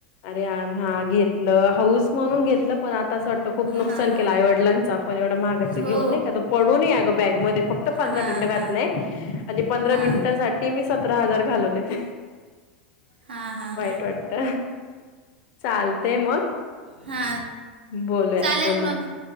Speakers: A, on the left; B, on the right.
A: अरेर हा घेत. ल हाऊस म्हणून घेतलं पण आता असं वाटतं खूप नुकसान
B: हा हा
A: केलं आईवडलांच आपण येवढं महागाचं घेऊन
B: हो
A: नाही. पडून आहे अग बॅग मध्ये फक्त पंधरा
B: हा
A: मिनिट घातलय
B: हा हा
A: न पंधरा
B: हा
A: मिनिटं. साठी मी सतरा हजार घालवलेत
B: हा
A: वाईट
B: हा
A: वाट. चालतय मग.
B: हा
A: बोलूया
B: चालेल
A: पुन्हा
B: मग